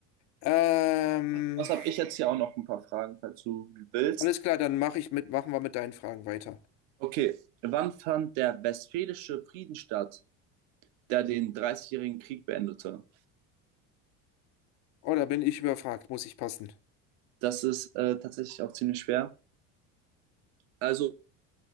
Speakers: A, on the left (about 50°); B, on the right (about 75°).
A: Ähm,
B: Was habe ich jetzt hier auch noch ein paar Fragen, falls du willst.
A: alles klar, dann mache ich mit, machen wir mit deinen Fragen weiter.
B: Okay, wann fand der Westfälische Frieden statt, der den Dreißigjährigen Krieg beendete?
A: Oh, da bin ich überfragt, muss ich passen.
B: Das ist äh, tatsächlich auch ziemlich schwer. Also